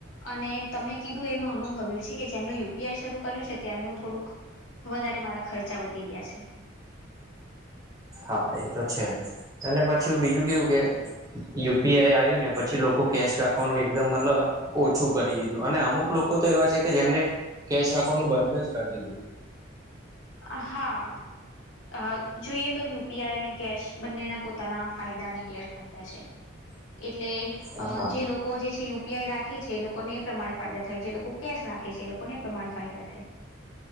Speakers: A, on the left; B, on the right.
A: અને તમે કીધું એમાં અનુ ભવ્યું છે, કે જેનું યુ પી આઈ શરૂ કર્યું છે, ત્યાંનું થોડુંક વધારે મારા ખર્ચા વધી ગયા છે.
B: હા એ તો છે, અને પછી બીજું કેવું કે યુ પી આઈ આયું ને પછી લોકો કેશ રાખવાનું એકદમ મતલબ ઓછું કરી દીધું અને અમુક લોકો તો એવા છે, કે જેમણે કેશ રાખવાનું બંધ જ કરી દીધું <inaudible>
A: હા. અ જોઈએ તો યુ પી આઈ અને કેશ બંનેના પોતાના ફાયદા અને ગેરફાયદા છે.
B: <inaudible>
A: એટલે
B: હા.
A: અ જે લો કો જે છે યુપીઆઈ રાખે છે, એ લોકોને એ પ્રમાણે ફાયદા થાય જે લોકો કેશ રાખે છે, એ લોકોને એ પ્રમાણે ફાયદા થાય